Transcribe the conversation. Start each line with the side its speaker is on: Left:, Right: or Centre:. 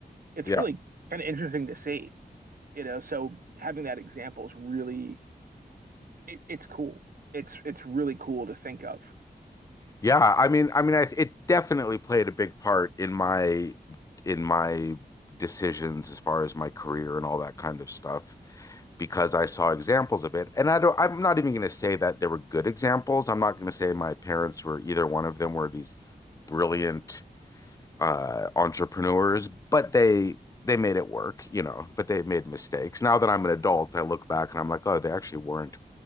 Right: it's
Left: <laughs>
Right: really
Left: yeah.
Right: kind of interesting to see you know so having that example is really it, it's cool it's it's really cool to think of
Left: Yeah, I mean I mean I, it definitely played a big part in my in my decisions as far as my career and all that kind of stuff because I saw examples of it. And I don't I'm not even going to say that there were good examples. I'm not going to say my parents were either one of them were these brilliant uh entrepreneurs, but they they made it work, you know, but they made mistakes. Now that I'm an adult, I look back and I'm like, oh, they actually weren't.